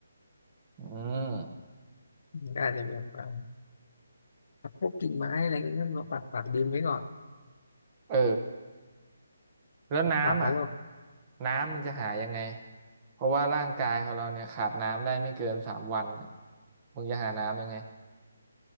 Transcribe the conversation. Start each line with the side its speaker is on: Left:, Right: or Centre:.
Right: อืม
Left: มันก็อาจจะแบบว่าพวกกิ่งไม้อะไรก็มาปักปักดินไว้ก่อน
Right: เออ แล้วน้ำอ่ะ
Left: ปักไว้ว่า
Right: น้ำมึงจะหายังไงเพราะว่าร่างกายของเราเนี่ยขาดน้ำได้ไม่เกินสามวันน่ะมึงจะหาน้ำยังไง